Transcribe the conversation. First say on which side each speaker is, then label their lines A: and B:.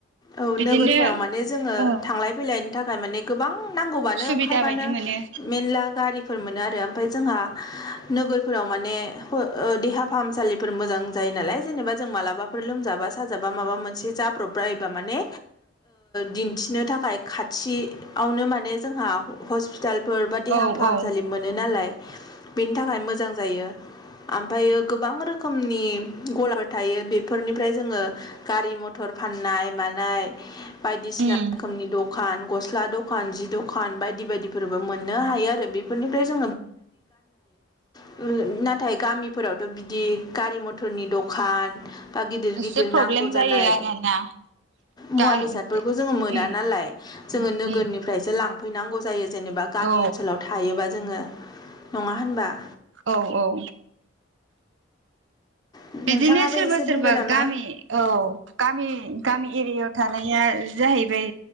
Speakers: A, on the left; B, on the right.
A: औ
B: बिदिनो
A: नोगोरफोराव माने जोङो
B: औ
A: थांलाय फैलाय थाखाय माने गोबां नांगौबनो
B: सुबिदा
A: ओंखारबानो
B: बायदि मोनो
A: मेनला गारि फोर मोनो आरो ओमफाय जोंहा नोगोरफोराव माने फो ओ देहा फाहामसालिफोर मोजां जायो नालाय जेनेबा जों मालाबाफोर लोमजाबा साजाबा माबा मोनसे जा जाब्रब्रायोबा माने दिन्थिनो थाखाय खाथिआवनो माने जोंहा हस्पिटालफोर बा देहा
B: औ
A: फाहामसालि
B: औ
A: मोनो नालाय बेनि थाखाय मोजां जायो ओमफ्रायो गोबां रोखोमनि गलाफोर थायो बेफोरनिफ्राय जोङो गारि मथर फाननाय मानाय बायदिसिना
B: उम
A: रोखोमनि दखान गस स्ला दखान जि दखान बायदि बायदि फोरबो मोनो नाथाय गामिफोरावथ' बिदि गारि मथरनि दखान बा गिदिर गिदिर
B: एसे
A: नांगौ
B: प्रब्लेम
A: जानाय
B: जायो आरोना
A: मुवा
B: गारि
A: बेसादफोरखौ
B: उम
A: जोङो मोना नालाय जोङो
B: उम
A: नोगोरनिफ्रायसो
B: उम
A: लां फैनांगौ जायो जेनेबा गामि
B: औ
A: ओनसोलाव थायोबा जोङो नङा होनबा
B: औ औ
A: नोंथाङाबो
B: बिदिनो सोरबा
A: एसे
B: सोरबा
A: बुंदो नामा
B: गामि औ गामि गामि एरियायाव थानाया जाहैबाय